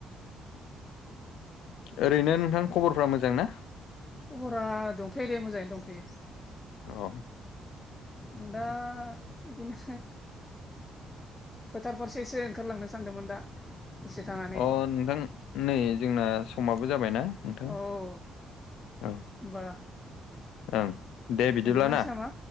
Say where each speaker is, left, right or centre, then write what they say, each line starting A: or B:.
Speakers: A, on the left; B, on the left.
A: ओरैनो नोंथां खबरफ्रा मोजां ना?
B: खबरा दंथ'यो दे मोजाङैनो दंथ'यो।
A: अह।
B: आं दा इदिनो फोथार फारसेसो ओंखारलांनो सानदोंमोन दा। दसे थानानै
A: अह नोंथां नै जोंना समाबो जाबायना नोंथां।
B: औ होमबा
A: औ ओं दे बिदिब्ला
B: दोनथ'लायनोसै
A: ना
B: नामा